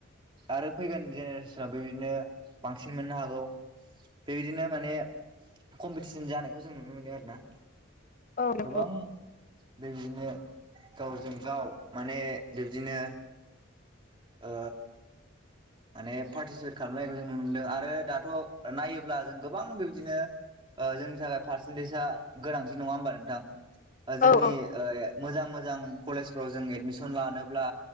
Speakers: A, on the right; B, on the left.
A: आरो फैगोन जेनेरेसनाव बेबायदिनो बांसिन मोननो हागौ बेबायदिनो माने कम्पिटिसन जानायखौ जों नुनो मोनदों आरो ना
B: औ नंगौ
A: गोबां दै <inaudible> गावजों गाव माने बिब्दिनो ओ माने पार्टिसिपेट खालामनायखौ जों नुनो मोनदों आरो दाथ' नायोब्ला जों गोबां बेबदिनो ओ जोंनि थाखाय पारसेनटेेजआ गोनांथि नङा होमबा नोंथां ओ जोंनि
B: औ
A: ओ मोजां मोजां जां कलेजाव जों एडमिसन लानोब्ला